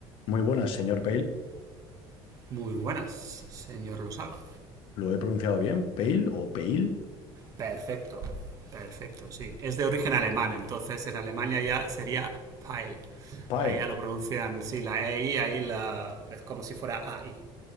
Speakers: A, on the left; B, on the right.
A: Muy buenas, señor Pale.
B: Muy buenas, señor Losaga.
A: ¿Lo he pronunciado bien? ¿Pale o Pale?
B: Perfecto, perfecto, sí. Es de origen alemán, entonces en Alemania ya sería Pile.
A: Pale.
B: Ahí ya lo pronuncian, sí, la e EI, ahí la, es como si fuera a AI.